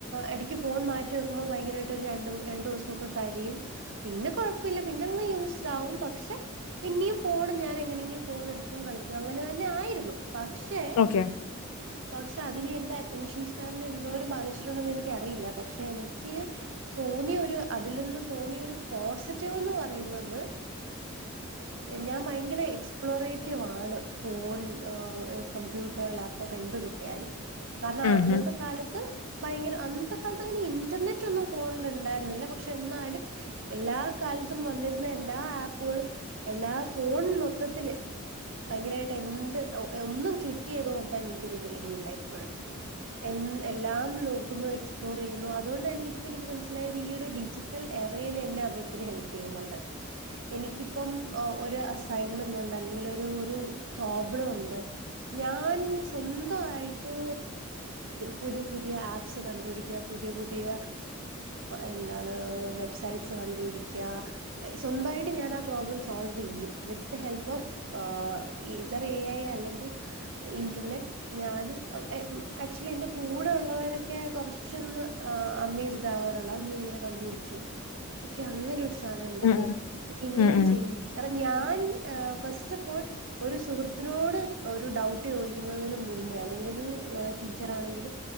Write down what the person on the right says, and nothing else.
ഇടക്ക് ഫോൺ മാറ്റി വെക്കുമ്പോൾ ഭയങ്കരമായിട്ട് ഒരു രണ്ട്‌ രണ്ടു ദിവസവൊക്കെ കരയും പിന്നെ കൊഴപ്പയില്ല പിന്നെങ്ങ് യൂസ്ഡ് പക്ഷെ പിന്നെയും ഫോൺ ഞാൻ എങ്ങനെങ്കിലും ഫോൺ എടുക്കും കളിക്കും അങ്ങനെ തന്നെ ആയിരുന്നു പക്ഷെ
പക്ഷെ അതി <unintelligible> അറ്റൻഷൻ സ്പാനിനെ എന്തോരം ബാധിച്ചിട്ടുണ്ടെന്ന് എനിക്കറിയില്ല പക്ഷെ എനിക്ക് തോന്നിയ ഒരു അതിൽ നിന്ന് തോന്നിയ ഒരു പോസിറ്റീവ്ന്ന് പറയുന്നത് ഏ ഞാൻ ഭയങ്കര എക്സ് എ്പ്ലോറേറ്റീവ്ണ് ഫോൺ കമ്പ്യൂട്ടർ ലാപ്ടോപ്പ് എന്ത് കിട്ടിയാലും കാരണം
അന്നത്തെ
കാലത്ത് ഭയങ്കര അന്നത്തെ കാലത്ത് അങ്ങനെ ഇന്റർനെറ്റ് ഒന്നും ഫോണിൽ ഉണ്ടായിരുന്നില്ല പക്ഷെ എന്നാലും എല്ലാ കാലത്തും വന്നിരുന്ന എല്ലാ ആപ്പുകളും എല്ലാ ഫോണൊ മത്തത്തിൽ ഭയങ്കരമായിട്ട് എന്ത് ഒന്നും ക്ലിക്ക് ചെയ്ത് നോക്കാൻ എനിക്കരു പേടിയില്ല ഇപ്പോഴും എ എല്ലാം നോക്കുന്നു എക്സ്പ്ലോർ ചെയ്യുന്നു അതുകൊണ്ട് തന്നെ ഇപ്പ എനിക്ക് മനസ്സിലായത് ഈ ഒരു ഡിജിറ്റൽ എറയിൽ എന്നെ അത്ൊത്തിരി ഹെൽപ് ചെയ്യുന്നുണ്ട് എനിക്കിപ്പം അസൈ ണ്ട് അല്ലെങ്കിൽ ഒരു പ്രോബ്ലം ഉണ്ട് ഞാൻ സ്വന്തമായിട്ട്് പുതിയ പുതിയ ആപ്സ് കണ്ടുപിടിക്കുക പുതിയ പുതിയ എന്താണ് വെബ്സൈറ്റ്സ് കണ്ടുപിടിക്കുക സ്വന്തമായിട്ട് ഞാൻ ആ പ്രോബ്ലം സോൾവ് ചെയ്യും ഹെൽപ് ഓഫ് ഇതർ ഐ അല്ലെങ്കിൽ ഇന്റർനെറ്റ് ഞാന് ആക്ച്വലി എന്റെ കൂടെ ഉള്ളവരൊക്കെ കുറച്ചൊന്ന് അമ്മേസ്ഡ് ആവാറുള്ള അത് നീ ഇങ്ങനെ കണ്ടുപടിച്ചു ഓെ അങ്ങനെ ാനം ഉണ്ടല്ലേ
ഇങ്ങനെയും
ചെയ്യ കണം ഞാൻ ഫസ്റ്റ് ഫ് ഓൾ ഒരു സുഹൃത്തിനോട് ഒരു ഡൗട്ട് ചോദിക്കുന്നതിനന് മുന്നേ അല്ലെങ്കിൽ ഒരു ടീച്ചർ ആണെങ്കിലും